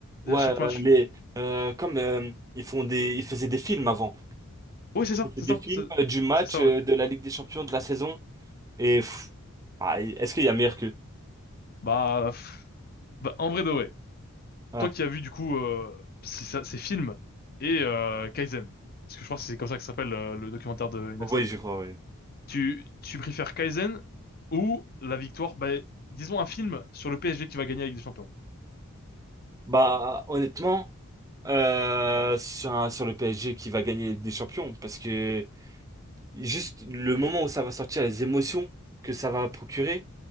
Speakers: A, on the right (about 15°); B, on the left (about 45°).
A: ouais,
B: À chaque
A: euh,
B: match.
A: les, euh, comme euh, ils font des, ils faisaient des films avant.
B: Oui, c'est ça,
A: Ils faisaient
B: c'est
A: des
B: ça,
A: films
B: c'est
A: euh, du match
B: c'est ça,
A: euh,
B: ouais.
A: de la Ligue des Champions de la saison. Et pff, ah, est-ce qu'il y a meilleur qu'eux?
B: Bah, pff, bah, en vrai de vrai.
A: Ouais.
B: Toi qui as vu du coup euh, ces, ces films et euh, Kaizen, parce que je crois que c'est comme ça que s'appelle euh, le documentaire de Inoxtag.
A: Oui, je crois, oui.
B: Tu, tu préfères Kaizen ou la victoire, bah, disons un film sur le PSG qui va gagner avec des Champions.
A: Bah, honnêtement, euh, sur, un- sur le PSG qui va gagner la Ligue des Champions, parce que juste le moment où ça va sortir, les émotions que ça va procurer,